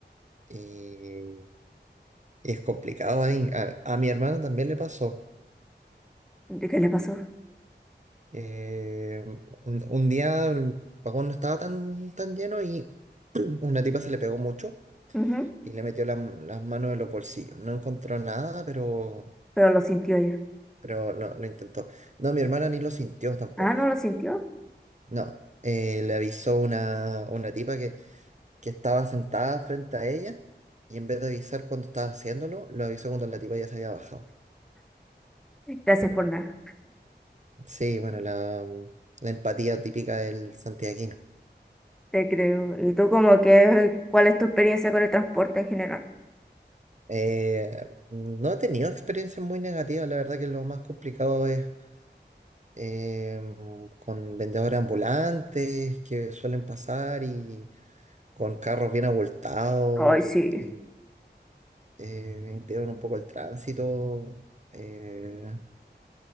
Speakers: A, on the right (about 40°); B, in the centre.
A: y- y es complicado ahí. A, a mi hermano también le pasó.
B: ¿De qué le pasó?
A: Eh, un, un día el vagón no estaba tan, tan lleno y <clears throat> una tipa se le pegó mucho
B: Ujú.
A: y le metió la- las manos en los bolsillos. No encontró nada, pero,
B: Pero lo sintió ella.
A: pero lo, lo intentó. No, mi hermana ni lo sintió tampoco.
B: Ah, no lo sintió.
A: No, eh, le avisó una, una tipa que, que estaba sentada frente a ella y en vez de avisar cuando estaba haciéndolo, lo avisó cuando la tipa ya se había bajado.
B: Gracias por nada,
A: Sí, bueno, la, la empatía típica del santiaguino.
B: te creo. ¿Y tú como que cuál es tu experiencia con el transporte en general?
A: Eh, no he tenido experiencias muy negativas, la verdad que lo más complicado es eh, con vendedores ambulantes que suelen pasar y con carros bien abultados
B: Ay, sí.
A: que eh, impiden un poco el tránsito. eh,